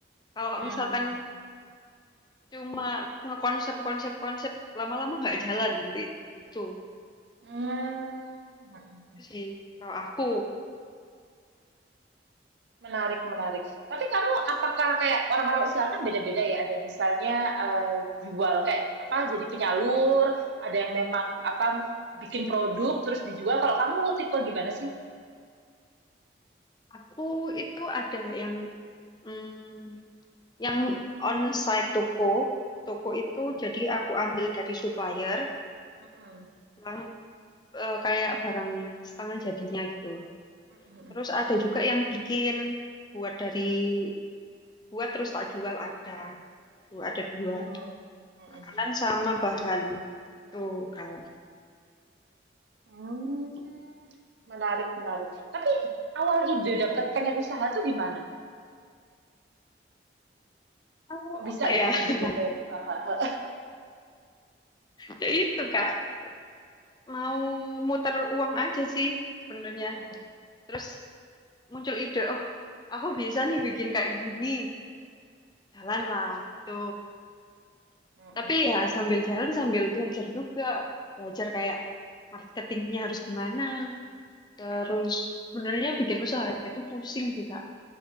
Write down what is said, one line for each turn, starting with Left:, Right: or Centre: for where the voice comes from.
Left: Kalau
Right: Hmm.
Left: misalkan cuma ngekonsep konsep konsep lama-lama nggak jalan nanti itu
Right: Hmm. mhm mhm.
Left: sih. Kalau aku,
Right: Menarik menarik. Tapi kamu apakah kayak orang-orang usaha kan beda-beda ya, ada yang misalnya, eee, jual kayak apa, jadi penyalur, ada yang memang apa, bikin produk terus dijual, kalau kamu tipe gimana sih?
Left: aku itu ada yang mm, yang onsite toko, toko
Right: Mhm
Left: itu jadi aku ambil dari supplier,
Right: mhm.
Left: yang eh, kayak barang setengah jadinya gitu.
Right: Mhm. Mhm mhm.
Left: Terus ada juga yang bikin buat dari buat terus tak jual ada. Tuh ada dua.
Right: Oh. Mhm mhm.
Left: Makanan sama bahan. Tuh, Kak.
Right: Hmm, menarik menarik. Tapi awal ide dapat pengen usaha tuh gimana?
Left: Eh,
Right: Kok bisa
Left: apa
Right: gitu
Left: ya? <laughs>
Right: tiba-tiba pengen usaha? <laughs>
Left: Ya itu, Kak. Mau muter uang aja sih sebenarnya.
Right: Heeh.
Left: Terus muncul ide, oh, aku bisa nih bikin kayak gini. Jalanlah, gitu.
Right: Mhm
Left: Tapi ya sambil jalan, sambil belajar juga. Belajar kayak marketingnya harus gimana. Terus sebenarnya bikin usaha itu pusing sih, Kak.